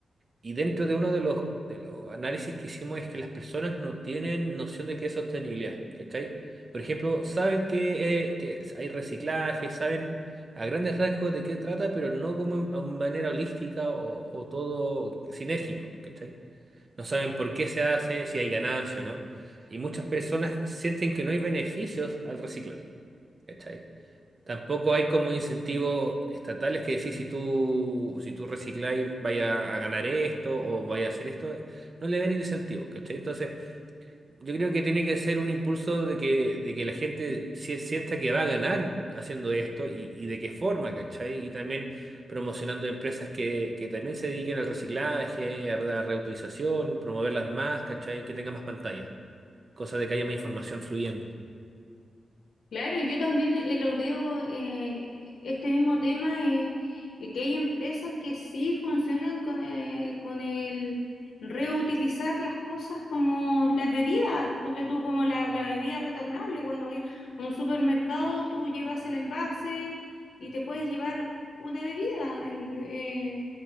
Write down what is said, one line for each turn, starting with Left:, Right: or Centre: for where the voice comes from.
Right: Y dentro de uno de los, de los análisis que hicimos es que las personas no tienen noción de qué es sostenibilidad, ¿cachai? Por ejemplo, saben que, eh, que hay reciclaje, saben a grandes rasgos de qué trata, pero no como en- a manera holística o, o todo sinérgico, ¿cachai? No saben por qué se hace, si hay ganancia o no. Y muchas personas sienten que no hay beneficios al reciclar, ¿cachai? Tampoco hay como incentivos estatales que decir si tú, si tú recicláis vaya a ganar esto o vaya a hacer esto. eh, No le ven el incentivo, ¿cachai? Entonces, yo creo que tiene que ser un impulso de que, de que la gente sie- sienta que va a ganar haciendo esto y, y de qué forma, ¿cachai? Y también promocionando empresas que, que también se dediquen al reciclaje, a la reutilización, promoverlas más, ¿cachai? Que tengan más pantalla, cosa de que haya más información fluyendo.
Left: Claro, yo también eh, lo veo, eh, este mismo tema, eh, eh, que hay empresas que sí funcionan con el, con el reutilizar las cosas como las bebidas, ponte tú como la, la bebida retornable, cuando vas a un supermercado tú llevas el envase y te puedes llevar una bebida en- eh,